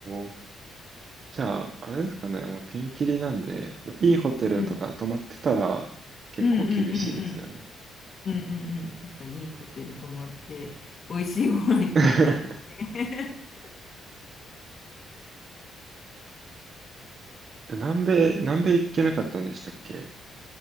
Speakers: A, on the right; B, on the left.
A: お。じゃあ、あれですかね。もうピンキリなんで、いいホテルとか泊まってたら結構厳しいですよね。
B: うん。うんうんうんうん。うんうんうん。確かにいいホテル泊まって、美味しいご飯いっぱい食べて。
A: <laughs>
B: <laughs>
A: 南米、南米行けなかったんでしたっけ